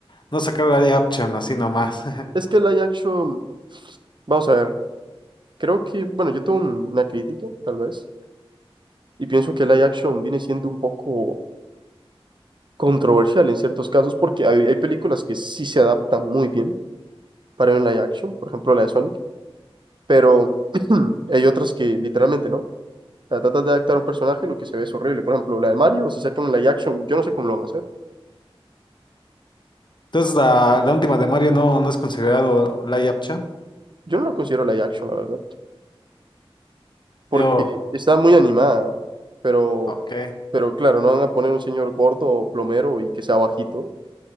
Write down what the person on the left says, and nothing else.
no sacar live action así nomás. <laughs>
Entonces, la, la última de Mario no, no es considerado live action.
Yo,
ok.